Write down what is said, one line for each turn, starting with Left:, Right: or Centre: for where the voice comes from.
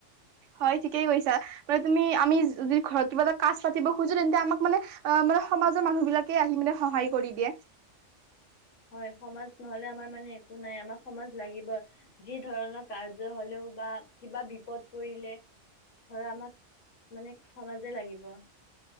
Right: হয় ঠিকেই কৈছা মানে তুমি আমি যদি ঘৰত কিবা এটা কাজ পাতিব খোজো তেন্তে আমাক মানে মানে সমাজৰ মানুহ বিলাকে আহি মানে সহায় কৰি দিয়ে।
Left: হয় সমাজ নহলে আমাৰ মানে একো নাই আমাক সমাজ লাগিব যি ধৰণৰ কাৰ্য হলেও বা কিবা বিপদ পৰিলে ধৰা আমাক মানে সমাজে লাগিব।